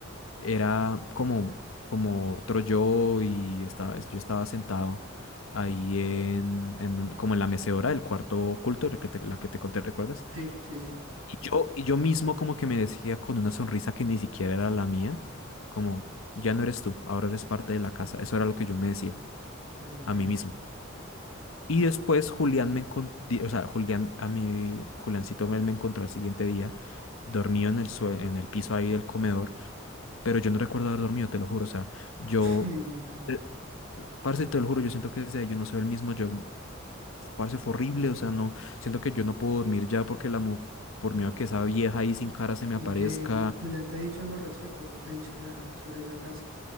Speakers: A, on the left; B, on the right.
A: Era como, como otro yo y estaba, yo estaba sentado ahí en, en un- como en la mecedora del cuarto oculto, la que te, la que te conté, ¿recuerdas?
B: Sí, sí, sí.
A: Y yo, y yo mismo como que me decía con una sonrisa que ni siquiera era la mía, como, ya no eres tú, ahora eres parte de la casa. Eso era lo que yo me decía
B: Uy, mano,
A: a mí mismo. Y después Julián me encon- di- o sea, Julián, a mí, Juliancito me, me encontró al siguiente día, dormido en el, sue- en el piso ahí del comedor, pero yo no recuerdo haber dormido, te lo juro, o sea, yo,
B: <laughs> uy, mano.
A: eh, parce, te lo juro, yo siento que desde ahí yo no soy el mismo, yo, parce, fue horrible, o sea, no, siento que yo no puedo dormir ya porque la, mu- por miedo a que esa vieja ahí sin cara se me
B: ¿Y
A: aparezca,
B: qué? ¿Y Julián te ha dicho algo al respecto? ¿No te ha dicho nada sobre esa casa?